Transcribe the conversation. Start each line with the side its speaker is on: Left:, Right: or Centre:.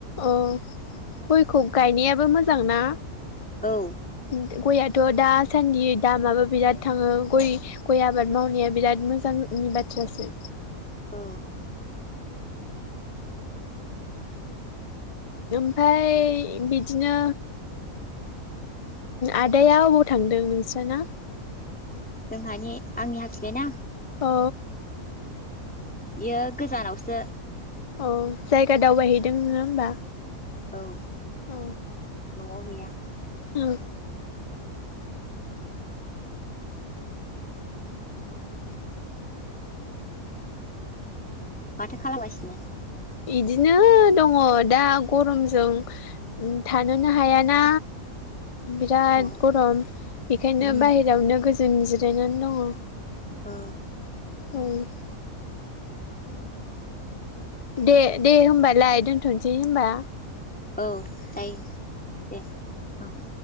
Left: अ गयखौ गायनायाबो मोजां ना?
Centre: औ
Left: उम द गया <unintelligible> थ' दासान्दि दामाबो बिराद थाङो गय गय आबाद मावनाया बिराद मोजांनि बाथ्रासो।
Centre: औ।
Left: ओमफ्राय बिदिनो आदाया अबाव थांदों नोंस्राना?
Centre: जोंहानि आंनि हासबेन्डा?
Left: औ
Centre: बियो गोजानावसो।
Left: अ जायगा दावबायहैदों नोङा होमबा?
Centre: औ।
Left: अ
Centre: न'आव गैया।
Left: ओ
Centre: माथो खालामगासिनो?
Left: इदिनो दङ दा गरमजों थानोनो हायाना। बिराद
Centre: अ
Left: गरम बेखायनो
Centre: उम
Left: बायेरावनो गोजो जों जिरायनानै दङ।
Centre: औ।
Left: औ। दे दे होमबालाय दोनथ'नोसै होनबा।
Centre: औ जायो दे ओं